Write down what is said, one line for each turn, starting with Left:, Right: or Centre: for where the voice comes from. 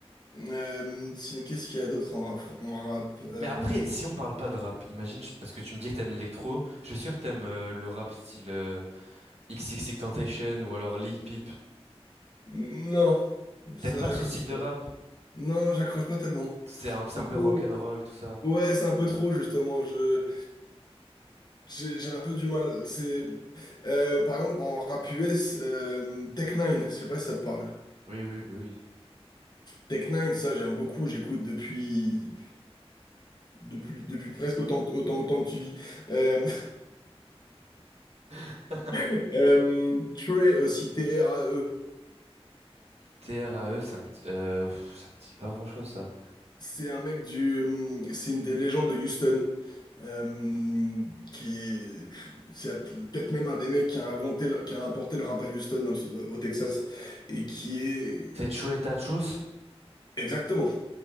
Left: Euh, si- qu'est-ce qu'il y a d'autre en rap, en rap Euh,
Right: Mais après, si on parle pas de rap, imagine, je- parce que tu me dis que t'aimes l'électro, je suis sûr que t'aimes euh, le rap style euh, XXXTentacion ou alors Lil Peep.
Left: Non, ça
Right: T'aimes pas
Left: j'accroche
Right: ce style de
Left: pas.
Right: rap?
Left: Non, j'accroche pas tellement.
Right: C'est un, c'est
Left: C'est
Right: un peu
Left: trop.
Right: rock'n'roll, tout ça.
Left: Ouais, c'est un peu trop justement. Je j'ai j'ai un peu du mal. C'est euh, par exemple en rap US, euh, Tech Nine je sais pas si ça te parle.
Right: Oui, oui, bah oui.
Left: Tech Nine ça j'aime beaucoup, j'écoute depuis depuis depuis presque autant que autant, autant que tu vis. Euh,
Right: <laughs>
Left: <laughs> euh, Trey aussi, T-R-A-E.
Right: TRAE, ça me dit, euh, pff, ça me dit pas grand-chose ça.
Left: C'est un mec du c'est une des légendes de Houston. euh, qui est, c'est peut-être même un des mecs qui a inventé, le- qui a apporté le rap à Houston, dans le- au Texas et qui est
Right: C'est True et Truth,
Left: Exactement.